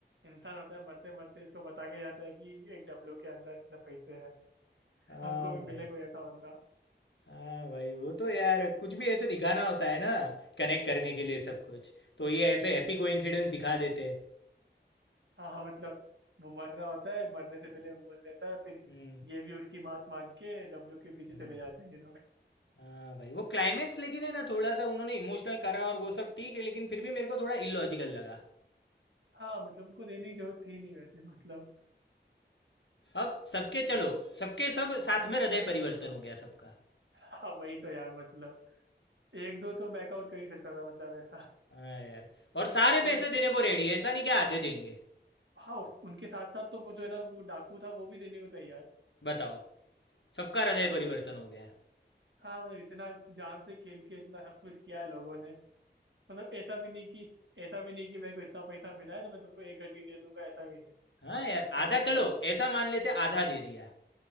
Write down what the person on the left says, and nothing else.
हाँ
भाई
हाँ भाई वो तो यार कुछ भी ऐसे दिखाना होता है ना कनेक्ट करने के लिए सब कुछ तो ये ऐसे हैप्पी कोइंसिडेंस दिखा देते
हम्म
हम्म
हाँ भाई वो क्लाइमैक्स लेकिन है ना थोड़ा सा उन्होंने इमोशनल करा और वो सब ठीक है लेकिन फिर भी मेरे को थोड़ा इलॉजिकल लगा
अब सबके चलो सबके सब साथ में हृदय परिवर्तन हो गया सबका
हाँ यार और सारे पैसे
देने को रेडी है ऐसा नहीं कि आधे देंगे
बताओ सबका हृदय
परिवर्तन हो गया
हाँ
यार आधा
चलो
ऐसा मान लेते आधा दे दिया